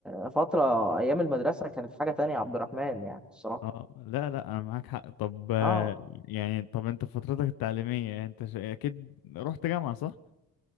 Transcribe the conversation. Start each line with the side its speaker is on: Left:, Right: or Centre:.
Centre: الفتره ايام المدرسه كانت حاجه تانية يا عبد الرحمن يعني الصراحه
Left: اه لا لا أنا معاك حق طب آه،
Centre: اه
Left: يعني طب أنت في فترتك التعليمية أنت ش... أكيد رحت جامعة صح؟